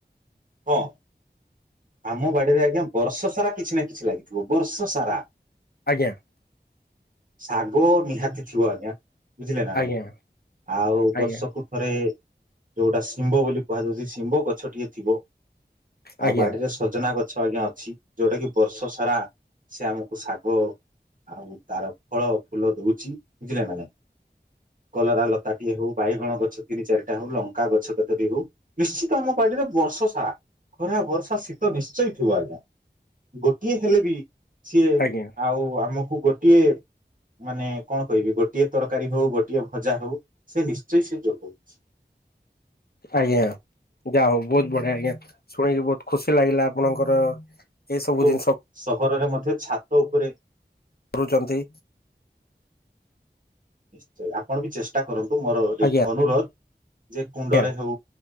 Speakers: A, on the right (about 45°); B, on the left (about 60°).
A: ହଁ ଆମ ବାଡିରେ ଆଜ୍ଞା ବର୍ଷ ସାରା କିଛି ନା କିଛି ଲାଗିଥିବ ବର୍ଷ ସାରା।
B: ଆଜ୍ଞା।
A: ଶାଗ ନିହାତି ଥିବ ଆଜ୍ଞା। ବୁଝିଲେ ନା ନାଇଁ,
B: ଆଜ୍ଞା
A: ଆଉ ବର୍ଷକୁ
B: ଆଜ୍ଞା
A: ଥରେ ଯୋଉଟା ଶିମ୍ବ ବୋଲି କୁହାଯାଉଚି ।ଶିମ୍ବ ଗଛଟିଏ ଥିବ ଆଉ
B: ଆଜ୍ଞା
A: ବାଡ଼ିରେ ସଜନା ଗ ଛ ଏଇନା ଅଛି। ଯୋଉଟା କିି ବର୍ଷ ସାରା ସେ ଆମକୁ ଶାଗ ଆଉ ତାର ଫଳ ଫୁଲ ଦୋଉଚି ବୁଝିଲେ ନା ନାଇଁ, କଲରା ଲତାଟିଏ ହୋଉ ବାଇଗଣ ଗଛ ତିନି ଚାରିଟା ହୋଉ ଲଙ୍କା ଗଛ କେତଟି ହୋଉ ନିଶ୍ଚିତ ଆମ ବାଡ଼ିରେ ବର୍ଷ ସାରା ଖରା ବର୍ଷା ଶୀତ ନିଶ୍ଚୟ ଥିବ ଆଜ୍ଞା। ଗୋଟିଏ ହେଲେ ବି ସିଏ
B: ଆଜ୍ଞା
A: ଆଉ ଆମକୁ ଗୋଟିଏ ମାନେ କଣ କହିବି ଗୋଟିଏ ତରକାରୀ ହୋଉ ଗୋଟିଏ ଭଜା ହୋଉ ସେ ନିଶ୍ଚୟ ସେ ଯୋଗୋଉଚି।
B: ଆଜ୍ଞା ଯା ହୋଉ ବହୁତ ବଢ଼ିଆ ଆଜ୍ଞା। ଶୁଣିକି ବୋହୁତ ଖୁସି ଲାଗିଲା ଆପଣଙ୍କର ଏ ସବୁ
A: କିନ୍ତୁ
B: ଜିନିଷ
A: ସହରରେ ମଧ୍ୟ ଛାତ ଉପରେ
B: କରୁଛନ୍ତି
A: ନିଶ୍ଚୟ ଆପଣ ବି ଚେଷ୍ଟା କରନ୍ତୁ କିନ୍ତୁ ମୋର ଗୋଟି
B: ଆଜ୍ଞା
A: ଅନୁରୋଧ ଯେ କୁଣ୍ଡରେ
B: ଆଜ୍ଞା
A: ହେଉ